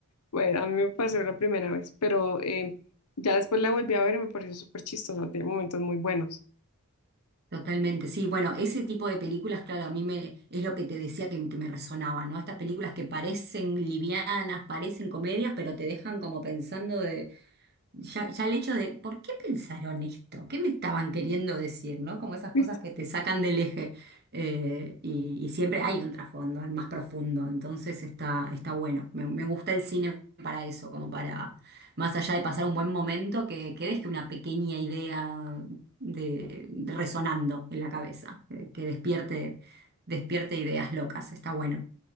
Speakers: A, on the left (about 80°); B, on the right (about 45°).
A: Bueno, a mí me pasó la primera vez, pero em, ya después la volví a ver y me pareció súper chistosa. Tiene momentos muy buenos.
B: Totalmente, sí. Bueno, ese tipo de películas, claro, a mí me es lo que te decía que, que me resonaba, ¿no? Estas películas que parecen livianas, parecen comedias, pero te dejan como pensando ya, ya el hecho de, ¿por qué pensaron esto? ¿Qué me estaban queriendo decir? ¿No? Como esas
A: Sí,
B: cosas que te sacan del eje. eh, y, y siempre hay un trasfondo, al más profundo. Entonces está, está bueno. Me, me gusta el cine para eso, como para, más allá de pasar un buen momento, que, que deje una pequeña idea de, de resonando en la cabeza, eh, que despierte, despierte ideas locas. Está bueno.